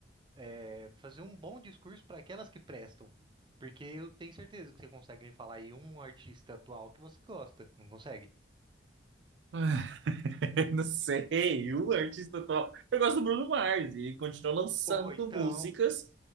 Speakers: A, on the right; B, on the right.
A: é, fazer um bom discurso para aquelas que prestam. Porque eu tenho certeza que você consegue me falar aí um artista atual que você gosta. Não consegue?
B: Ah, <laughs> Eu Não sei, o artista top. Eu gosto do Bruno Mars e ele continua lançando
A: Ou então.
B: músicas.